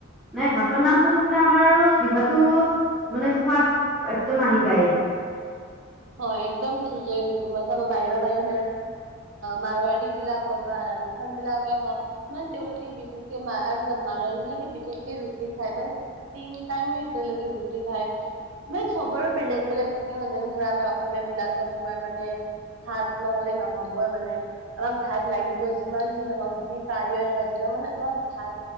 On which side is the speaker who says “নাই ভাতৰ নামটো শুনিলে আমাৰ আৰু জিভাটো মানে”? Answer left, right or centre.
Centre